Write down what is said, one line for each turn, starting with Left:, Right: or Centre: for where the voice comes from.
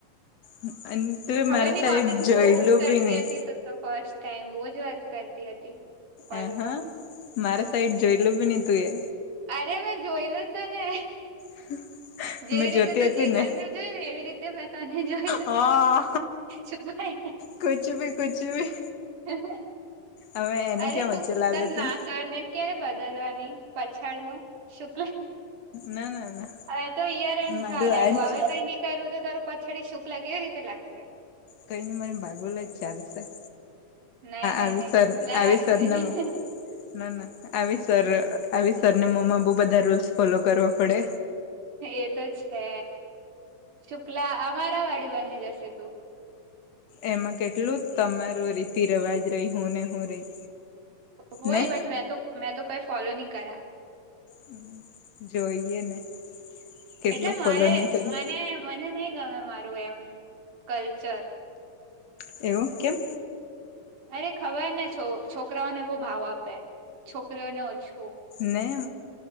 Left: હ અને. તું
Right: ખબર
Left: મારા
Right: નહી
Left: સાઈડ
Right: કોનાથી
Left: જોયલું
Right: બહુ જ કરતી
Left: બી નહી
Right: હતી તો ફસ્ટ ટાઈમ બહુ જ વાત કરતી હતી. કોલ
Left: આ હા
Right: પર
Left: મારે સાઈડ જોઈલું બી નને તું એ.
Right: અરે મેં જોયલું તો ને.
Left: <inaudible>
Right: જેવી
Left: મેં
Right: રીતે
Left: જોતી
Right: તું
Left: હતી
Right: જીગર
Left: ને
Right: જોઈ ને એવી રીતે મેં તને જોઈ
Left: હા.
Right: છુપાઈ
Left: કુછ ભી કુછ ભી.
Right: હ.
Left: હવે એને
Right: અરે
Left: ક્યાં
Right: તું
Left: વચ્ચે
Right: પતલ
Left: લાવે તું
Right: નાસવાને એમ ક્યારે બદલવાની પછાડ નું શુક્લ.
Left: ના ના ના
Right: હવે તો ઈયરન
Left: મારું
Right: થ લાગ્યું
Left: આજ છે
Right: હવે કઈ. ત્યારેું તો તારું પછાડી શુકલા કેવી રીતે લાગશે.
Left: કઈ ન મને ભાગોલો જ ચાલશે. હ
Right: નઈ નઈ
Left: આવીવ
Right: નઈ શુક્લા
Left: આવી
Right: લાગવું
Left: સ્વર્ણમ.
Right: જોઈએ
Left: ના ના આવી સર આવી સર ને મો્મા બહ બધા રૂલ્સ ફોલો કરવા પડે.
Right: એ તો છે શુક્લા અમારા વાડી બની જશે તું.
Left: એમાં કેટલું તમાર રીતિ રવાજ રહી હું ને હું રહી.
Right: હોય
Left: ને
Right: બટ મે તો મેં તો કઈ ફોલો નહી કરા.
Left: હમ જોઈએ ને. કેટલું
Right: એટલે મારે
Left: ફોલો નહી કરે
Right: મને મને નહીં ગમે મારું એમ કલ્ચર.
Left: એવું કેમ.
Right: અરે ખબર ને છો છોકરાઓને બહુ ભાવ આપે છોકરીઓને ઓછું.
Left: ને